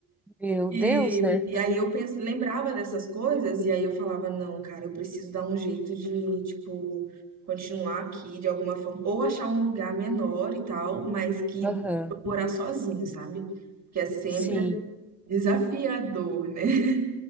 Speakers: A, in the centre; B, on the right.
A: Meu
B: E,
A: Deus, né?
B: e aí eu pens... lembrava dessas coisas e aí eu falava, não, cara, eu preciso dar um jeito de, tipo, continuar aqui de alguma forma ou achar um lugar menor e tal, mas que
A: Aham.
B: eu morar sozinha, sabe? Que é sempre
A: Sim,
B: desafiador, né? <laughs>